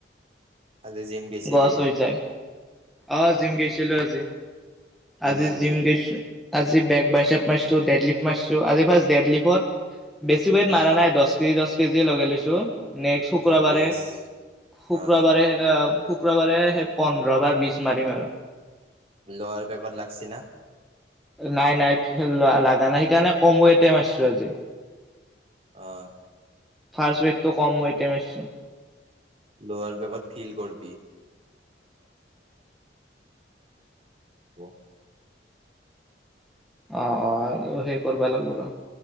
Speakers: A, on the right; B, in the centre.
A: আজি জিম গৈছিলি
B: গছ হৈ যায় অ জিম গৈছিলো আজি।
A: কি
B: আজি
A: মাৰলি
B: জিম গেছো আজি বেগ বাইচাপ মাইছো দেদলিপ মাৰছো আজি ফাৰ্ষ্ট ডে লিফত বেছ ওৱেট
A: উম
B: মাৰা নাই দহ কেজি দহ কেজিে লগে লৈছো নেক্স শুক্ৰবাৰে,
A: চল্লিশ
B: শুক্ৰবাৰে
A: অ
B: এ। শুক্ৰবাৰে সেই পোন্ধৰ বা বি মাৰিম আৰু।
A: লোৱাৰাৰ বেকত লাগেছা না।
B: নাই নাই লোৱা লগা নাই সেইকাৰণে কম ওৱেট মাৰিছো আজি।
A: অ
B: ফাৰ্ষ্ট ওৱেটটো কম মাৰচো।
A: লোৱোৱাৰ বেগত ফিল কৰ <unintelligible> <inaudible>
B: অ অ সেই কৰবা লাগব ৰ।